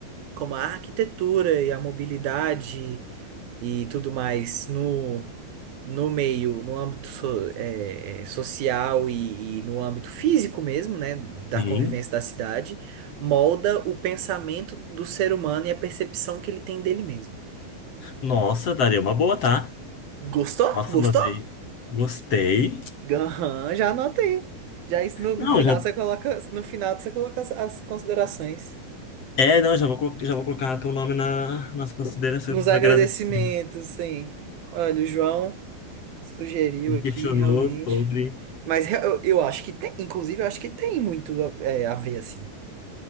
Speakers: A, on the right (about 80°); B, on the left (about 45°).
A: como a arquitetura e a mobilidade e tudo mais no, no meio, no âmbito so- é, é, social e, e no âmbito físico mesmo, né, da
B: Sim.
A: convivência da cidade, molda o pensamento do ser humano e a percepção que ele tem dele mesmo.
B: Nossa, daria uma boa, tá?
A: Gostou?
B: Nossa,
A: Gostou?
B: adorei. Gostei.
A: Aham, já anotei. Já isso no, no
B: Não,
A: final
B: já
A: você coloca, no final você coloca as as considerações.
B: É, não, já vou, colo- já vou colocar teu nome na, nas considerações
A: Nos
B: do
A: agradecimentos,
B: agradecimento.
A: sim. Olha, o João sugeriu
B: Me
A: aqui,
B: questionou
A: realmente.
B: sobre.
A: Mas re- eu, eu acho que tem, inclusive, eu acho que tem muito é, a ver, assim.